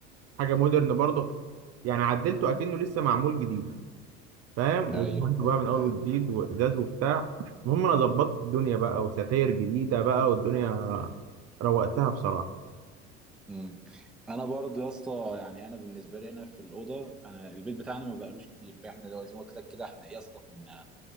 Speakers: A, on the right (about 40°); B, in the centre.
A: حاجه مودرن برضه يعني عدلته اكنه لسه معمول جديد فاهم
B: ايوه
A: ودهنته
B: ايوه
A: بقى من اول
B: ايوه
A: وجديد وازاز وبتاع المهم انا ظبطت الدنيا بقى وستاير جديده بقى والدنيا روقتها بصراحه
B: امم انا برضو يا اسطى يعني انا بالنسبه لي هنا في الاوضه انا البيت بتاعنا ما بقالوش كتير احنا زي زي ما قلت لك كده احنا إيه يا اسطى كنا